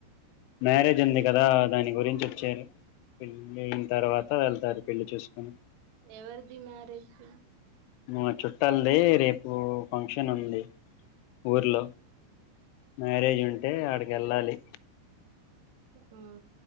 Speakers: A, on the left (about 85°); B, on the right (about 65°).
A: మ్యారేజ్ ఉంది కదా దాని గురించి వచ్చారు పెళ్ళైన తర్వాత వెళ్తారు పెళ్లి చూసుకొని.
B: ఎవరిది మ్యారేజు
A: మా చె తల్దీ రేపు ఫంక్షన్ ఉంది ఊర్లో. మ్యారేజ్ ఉంటే ఆడికి ఎళ్ళాలి
B: ఉ ఆ